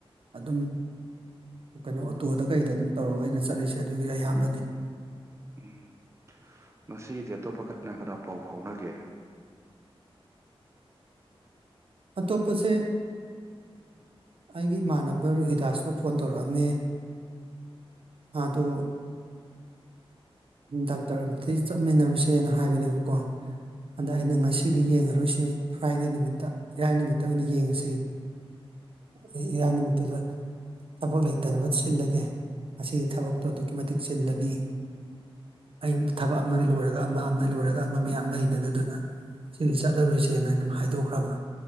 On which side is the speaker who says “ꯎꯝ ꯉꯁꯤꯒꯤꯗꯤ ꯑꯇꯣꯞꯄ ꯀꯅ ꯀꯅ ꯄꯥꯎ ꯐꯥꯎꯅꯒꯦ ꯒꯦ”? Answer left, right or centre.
Right